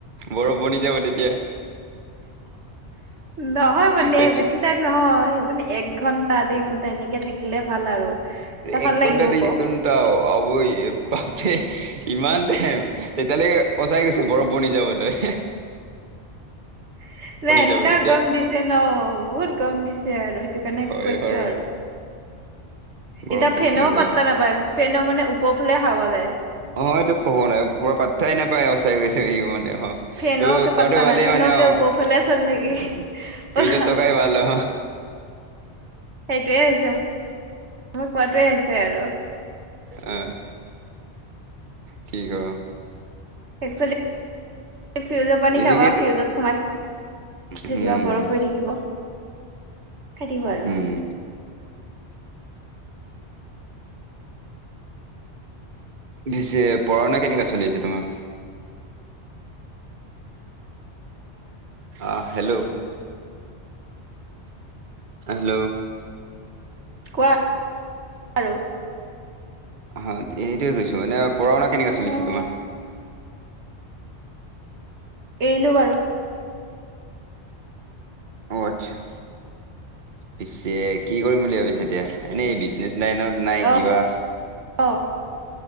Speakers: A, on the right (about 45°); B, on the right (about 85°).
A: বৰফ বনি যাব তেতিয়া।
B: নহয় মানে
A: তেতিয়া
B: বেছি টাইমই নহয়। মানে এক ঘণ্টা দুই ঘণ্টা এনেকে থাকিলে ভাল আৰু। ত ভাল
A: এক
B: লাগিব
A: ঘণ্টা দুই
B: ক
A: ঘণ্টা অবৈ পাপ ইমান টাইম। তেতিয়ালৈকে সওচাই গৈছে বৰফ বনি যাব তয়।
B: <inaudible> নাই এনেকুৱা
A: যাব তেতিয়া
B: গম দিছে ন বহুত গম দিছে আৰু সেইটো কাৰণে
A: হয়
B: কৈছো।
A: হয়
B: বাৰু।
A: উম। গৰমটো
B: এতিয়া ফেনও
A: কি কম
B: পাত্তা নাপায় ফেন মানে ওপৰফালে হাৱা যায়।
A: অ এইটো ক'ব নাই পুৰা পাত্থাই নাপায় সচাই গৈছোহি মানে আৰু। <unintelligible>
B: ফেনকে
A: অ ত
B: পাত্তা
A: কোৱাটো ভালেই
B: নাই ফেনকে
A: মানে অ,
B: ওপৰফালে চলি থাকে
A: উ
B: পুৰা
A: ফ্ৰিজত থকাই ভাল অ।
B: সেইটোয়ে হৈছে, মই কোৱাটোৱে হৈছে আৰু।
A: আহ কি কম
B: একচলি। ফিউজৰ পানী
A: এইটোকেতো
B: খাবা ফ্ৰীউজত সোমাই
A: উম
B: তেতিয়া বৰফ হৈ থাকিব। খাই থাকিবা আৰু
A: উম। পিছে পঢ়া শুনা কেনেকা চলি আছে তোমাৰ। আহ হেল্ল'। হেল্ল'।
B: কোৱা, আৰু।
A: আহ সেইটোয়ে কৈছো এনে পঢ়া শুনা কেনেকে চলিছে
B: মই
A: তোমাৰ।
B: এৰিলো বাৰু।
A: অ আচ্ছা। পিছে কি কৰিম বুলি ভাবিছে এতিয়া এনেই বিজনেচ লাইনত নাই
B: অ
A: কিবা।
B: অ।